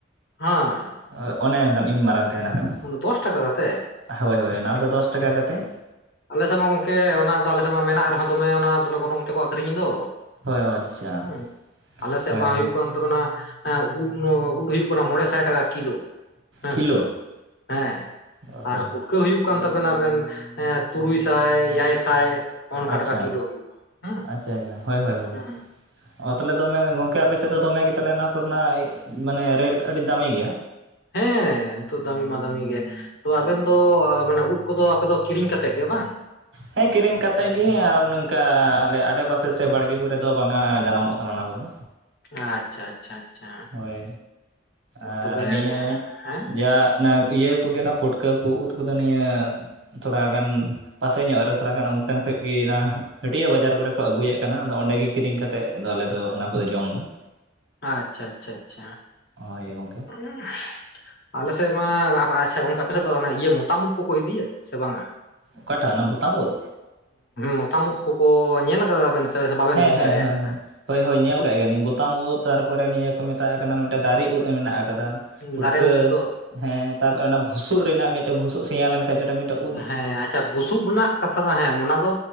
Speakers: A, on the left; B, on the right.
A: ᱦᱮᱸ
B: ᱦᱳᱭ ᱚᱱᱮ ᱚᱱᱠᱟᱱ ᱤᱱ ᱢᱟᱨᱟᱝ ᱛᱟᱦᱮᱱ ᱠᱟᱱᱟ
A: ᱚᱱᱟ ᱫᱚᱥ ᱴᱟᱠᱟ ᱠᱟᱛᱮ
B: ᱦᱳᱭ ᱦᱳᱭ ᱚᱱᱟ ᱫᱚ ᱫᱚᱥ ᱴᱟᱠᱟ ᱠᱟᱛᱮᱫ
A: ᱟᱞᱮ ᱥᱮᱫ ᱢᱟ ᱜᱚᱝᱠᱮ ᱚᱱᱟ ᱟᱞᱮ ᱥᱮᱫ ᱢᱟ ᱢᱮᱱᱟᱜ ᱨᱮᱦᱚᱸ ᱫᱚᱢᱮ ᱚᱱᱟ ᱫᱚᱢᱮ ᱜᱚᱱᱚᱝ ᱛᱮ ᱠᱚ ᱟᱹᱠᱷᱨᱤᱧᱮᱫ ᱫᱚ
B: ᱦᱳᱭ ᱟᱪᱪᱷᱟ
A: ᱦᱩᱸ ᱟᱞᱮ ᱥᱮᱫ
B: ᱦᱳᱭ ᱦᱳᱭ
A: ᱢᱟ ᱦᱩᱭᱩᱜ ᱠᱟᱱ <unintelligible> ᱩᱫ ᱩᱫ ᱦᱩᱭᱩᱜ ᱠᱟᱱᱟ ᱢᱚᱬᱮ ᱥᱟᱭ ᱴᱟᱠᱟ ᱠᱤᱞᱳ ᱦᱮᱸ
B: ᱠᱤᱞᱳ
A: ᱥᱮ ᱦᱮᱸ
B: ᱵᱟᱯᱨᱮ
A: ᱟᱨ ᱯᱩᱴᱼᱼ ᱯᱩᱴᱠᱟᱹ ᱦᱩᱭᱩᱜ ᱠᱟᱱ ᱛᱟᱵᱮᱱᱟ ᱟᱵᱮᱱ ᱮ ᱛᱩᱨᱩᱭ ᱥᱟᱭ ᱮᱭᱟᱭ ᱥᱟᱭ ᱚᱱᱠᱟ
B: ᱟᱪᱪᱷᱟ
A: ᱴᱟᱠᱟ ᱠᱤᱞᱳ ᱦᱩᱭᱩᱜᱼᱟ ᱦᱮᱸ
B: ᱟᱪᱪᱷᱟ ᱟᱪᱪᱷᱟ ᱦᱳᱭ ᱦᱳᱭ ᱦᱳᱭ
A: ᱦᱮᱸ
B: ᱚ ᱛᱟᱦᱚᱞᱮ ᱫᱚᱢᱮ ᱜᱚᱝᱠᱮ ᱟᱯᱮ ᱥᱮᱫ ᱫᱚ ᱫᱚᱢᱮ ᱜᱮ ᱛᱟᱦᱚᱞᱮ ᱚᱱᱟ ᱠᱚᱨᱮᱱᱟᱜ ᱢᱟᱱᱮ ᱨᱮᱴ ᱟᱹᱰᱤ ᱫᱟᱹᱢᱤ ᱜᱮᱭᱟ
A: ᱦᱮᱸ ᱛᱚ ᱫᱟᱹᱢᱤ ᱢᱟ ᱫᱟᱹᱢᱤ ᱜᱮ ᱛᱚ ᱟᱵᱮᱱ ᱫᱚ ᱟᱹᱵᱤᱱᱟᱜ ᱩᱫ ᱠᱚᱫᱚ ᱟᱯᱮ ᱫᱚ ᱠᱤᱨᱤᱧ ᱠᱟᱛᱮᱜ ᱜᱮ ᱵᱟᱝ
B: ᱦᱮᱸ ᱠᱤᱨᱤᱧ ᱠᱟᱛᱮᱫ ᱜᱮ ᱟᱨ ᱱᱚᱝᱠᱟ ᱟᱞᱮ ᱟᱲᱮᱯᱟᱥᱮ ᱥᱮ ᱵᱟᱲᱜᱮ ᱠᱚᱨᱮ ᱫᱚ ᱵᱟᱝᱟ ᱡᱟᱱᱟᱢᱚᱜ ᱠᱟᱱᱟ ᱚᱱᱟ ᱠᱚᱫᱚ
A: ᱟᱪᱷᱟ ᱟᱪᱪᱷᱟ ᱟᱪᱪᱷᱟ
B: ᱦᱳᱭ ᱟᱨ
A: ᱛᱚᱵᱮ
B: ᱱᱤᱭᱟᱹ
A: ᱦᱮᱸ
B: ᱡᱟ ᱚᱱᱟ ᱤᱭᱟᱹ ᱠᱚᱜᱮ ᱚᱱᱟ ᱯᱷᱩᱴᱠᱟᱹ ᱠᱚ ᱩᱫ ᱠᱚᱫᱚ ᱱᱤᱭᱟᱹ ᱛᱷᱚᱲᱟ ᱜᱟᱱ, ᱯᱟᱥᱮ ᱧᱚᱜ ᱨᱮ ᱛᱷᱚᱲᱟ ᱜᱟᱱ, ᱦᱟᱱ ᱛᱮᱱ ᱠᱷᱚᱡᱽ ᱯᱮ ᱤᱭᱟᱹᱱᱟ ᱦᱟᱹᱴᱤᱭᱟᱹ ᱵᱟᱡᱟᱨ ᱠᱚᱨᱮ ᱠᱚ ᱟᱹᱜᱩᱭᱮᱫ ᱛᱟᱦᱮᱱᱟ ᱟᱫᱚ ᱚᱸᱰᱮ ᱜᱮ ᱠᱤᱨᱤᱧ ᱠᱟᱛᱮᱫ ᱟᱞᱮᱫᱚ ᱚᱱᱟ ᱠᱚᱫᱚ ᱡᱚᱢᱫᱟ ᱾
A: ᱟᱪᱪᱷᱟ, ᱪᱪᱷᱟ, ᱪᱪᱷᱟ,
B: ᱦᱳᱭ ᱜᱚᱝᱠᱮ ᱾
A: <unintelligible> ᱟᱞᱮ ᱥᱮᱫ ᱢᱟ ᱟᱪᱪᱷᱟ ᱜᱚᱝᱠᱮ ᱟᱯᱮᱥᱮᱫ ᱫᱚ ᱤᱭᱟᱹ ᱢᱚᱛᱟᱢ ᱳᱫ ᱠᱚᱠᱚ ᱤᱫᱤᱭᱟ ᱥᱮ ᱵᱟᱝᱟ?
B: ᱚᱠᱟᱴᱟᱜ ᱚᱱᱟ ᱵᱚᱛᱟᱢ ᱳᱫ?
A: ᱢᱚᱛᱟᱢ ᱳᱫ ᱠᱚᱠᱚ ᱧᱮᱞ ᱠᱟᱫᱟᱵᱮᱱ ᱥᱮ ᱵᱟᱵᱮᱱ
B: ᱦᱮᱸ
A: ᱵᱩᱡᱽ
B: ᱦᱮᱸ
A: ᱫᱟᱲᱮᱭᱟᱜ
B: ᱦᱮᱸ ᱦᱮᱸ ᱦᱳᱭ ᱦᱳᱭ
A: ᱠᱟᱱᱟ
B: ᱧᱮᱞ
A: ᱵᱩᱡᱽ
B: ᱠᱟᱜ ᱜᱮᱭᱟᱧᱤᱧ ᱵᱚᱛᱟᱢ ᱳᱫ ᱾ ᱛᱟᱨ ᱯᱚᱨᱮ ᱱᱤᱭᱟᱹ ᱠᱚ ᱢᱮᱛᱟᱜ ᱠᱟᱱᱟ ᱢᱤᱫᱴᱮᱱ ᱫᱟᱨᱮ ᱳᱫ ᱢᱮᱱᱟᱜ ᱟᱠᱟᱫᱟ ᱾ ᱯᱩᱴᱠᱟᱹ
A: ᱫᱟᱨᱮ ᱩᱫ ᱫᱚ
B: ᱦᱮᱸ ᱛᱟᱯᱚᱨᱮ ᱚᱱᱟ ᱵᱷᱩᱥᱩᱜ ᱨᱮᱱᱟᱜ ᱢᱤᱫᱴᱮᱱ ᱵᱷᱩᱥᱩᱜ ᱥᱮᱭᱟ ᱞᱮᱱᱠᱷᱟᱱ ᱡᱟᱦᱟᱴᱟᱜ ᱢᱤᱫ ᱴᱮᱱ
A: ᱦᱮᱸ ᱟᱪᱪᱷᱟ ᱾ ᱵᱩᱥᱩᱵ ᱨᱮᱱᱟᱜ ᱠᱟᱛᱷᱟ ᱫᱚ ᱦᱮᱸ ᱚᱱᱟ ᱫᱚ